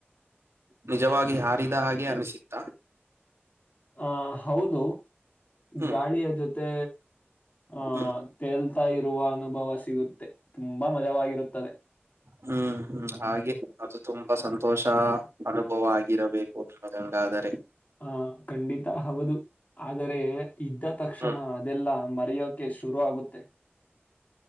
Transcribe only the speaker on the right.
ನಿಜವಾಗಿ ಹಾರಿದ ಹಾಗೆ ಅನಿಸಿತ್ತ
ಹ್ಮ್
ಹ್ಮ್
ಹ್ಮ ಹ್ಮ ಹಾಗೆ ಅದು ತುಂಬಾ ಸಂತೋಷ ಅನು ಭವಾಗಿರಬೇಕು ಅದೊಂದ ಆದರೆ
ಹ್ಮ್